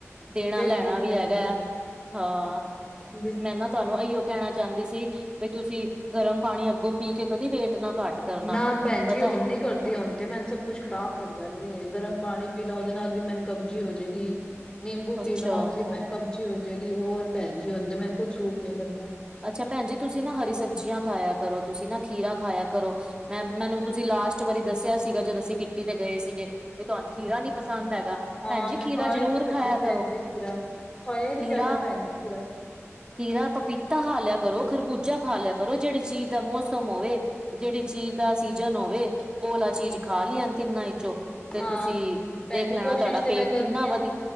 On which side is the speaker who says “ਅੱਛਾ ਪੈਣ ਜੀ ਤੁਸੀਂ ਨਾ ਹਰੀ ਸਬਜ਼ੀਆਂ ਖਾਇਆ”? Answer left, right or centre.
Right